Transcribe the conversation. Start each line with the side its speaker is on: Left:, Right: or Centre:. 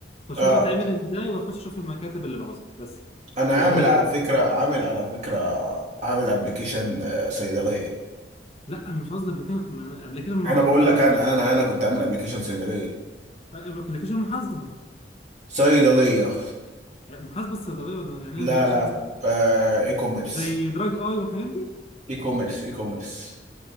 Left: فاشوف
Right: اه
Left: بتتعمل ازاي واخش اشوف المكاتب اللي بعوزها بس
Right: انا
Left: مش
Right: عامل
Left: بدرسها
Right: على فكره عامل على فكره عامل ابلكيشن صيدليه
Left: لا مش قصدي ابلكيشن ابلكيشن معقده
Right: انا بقول لك انا انا انا كنت عامل ابلكيشن صيدليه
Left: ابلكيشن محاسبه
Right: صيدلية
Left: يعني محاسبه الصيدليه ولا يعني
Right: لا
Left: ايه ابلكيشن
Right: لا آه اي كوميرس
Left: زي دراج اي والحاجات دي
Right: اي كوميرس اي كوميرس